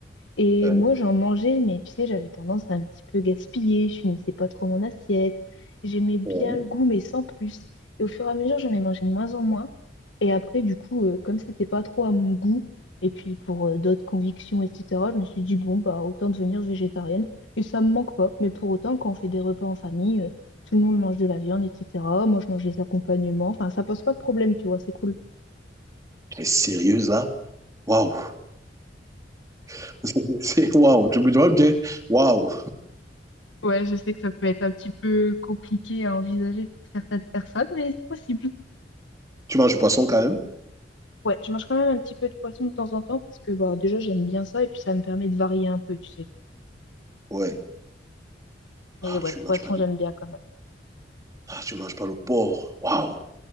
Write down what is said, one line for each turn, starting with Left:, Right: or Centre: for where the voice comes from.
Left: Et
Right: Hein?
Left: moi, j'en mangeais, mais tu sais, j'avais tendance à un petit peu gaspiller, je finissais pas trop mon assiette, j'aimais bien
Right: Ouais.
Left: le goût, mais sans plus. Et au fur et à mesure, j'en ai mangé de moins en moins. Et après, du coup, euh, comme c'était pas trop à mon goût, et puis pour euh, d'autres convictions, etc., je me suis dit, bon, bah, autant devenir végétarienne. Et ça me manque pas. Mais pour autant, quand on fait des repas en famille, euh, tout le monde mange de la viande, etc. Moi, je mange des accompagnements. Enfin, ça pose pas de problème, tu vois, c'est cool.
Right: Tu es sérieuse là? Waouh! <laughs> C'est waouh! Je me dois me dire, waouh!
Left: Ouais, je sais que ça peut être un petit peu compliqué à envisager pour certaines personnes, mais c'est possible.
Right: Tu manges du poisson quand même?
Left: Ouais, je mange quand même un petit peu de poisson de temps en temps parce que bah, déjà j'aime bien ça et puis ça me permet de varier un peu, tu sais.
Right: Ouais.
Left: Mais
Right: Ah,
Left: ouais,
Right: tu
Left: le poisson
Right: manges pas du...
Left: j'aime bien quand même.
Right: Ah, tu manges pas le porc. Waouh!